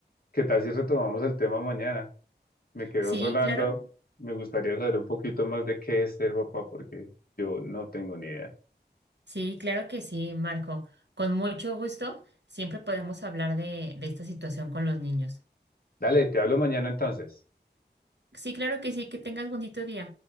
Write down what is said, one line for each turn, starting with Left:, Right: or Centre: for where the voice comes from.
Left: ¿qué tal si retomamos el tema mañana? Me quedó
Right: Sí,
Left: sonando.
Right: claro,
Left: Me gustaría saber un poquito más de qué es ser papá porque yo no tengo ni idea.
Right: sí, claro que sí, Marco. Con mucho gusto, siempre podemos hablar de, de esta situación con los niños.
Left: Dale, te hablo mañana entonces.
Right: Sí, claro que sí, que tengas bonito día.